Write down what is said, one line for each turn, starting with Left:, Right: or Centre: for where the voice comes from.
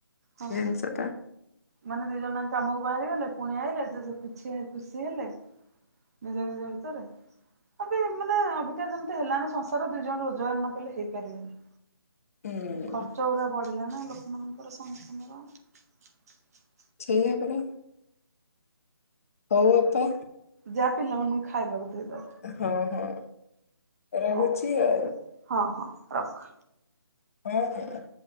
Right: ହଁ
Left: ଜିନିଷ ଟା।
Right: ମାନେ ଦି ଯାଙ୍କ କାମକୁ ବାହାରି ଗଲେ ପୁଣି ଆଇଲେ ଯେ-ଯ କୁଛି ଖୁସି ହେଲେ ନିଜ ନିଜ ଭିତରେ ଅଭି ମାନେ ଅଭିକା ଯେମତି ହେଲାନି ସଂସାର ଦି ଜଣ ରୋଜଗାର ନକଲେ ହେଇପାରିବନି।
Left: ହୁଁ
Right: ଖର୍ଚ୍ଚ ପୁରା ବଢିଲା ନାଁ ଲୋ ଲୋକମାନଙ୍କର ସମସ୍ତଙ୍କର। <inaudible>
Left: <unintelligible> ହଉ ଅପା।
Right: ଯାଆ ପିଲାମାନଙ୍କୁ ଖାଇବାକୁ ଦେଇଦବ।
Left: ହଁ ହଁ ରହୁଛିି
Right: ହଉ
Left: ଆ
Right: ହଁ ହଁ ରଖ।
Left: ହୁଁ ହୁଁ।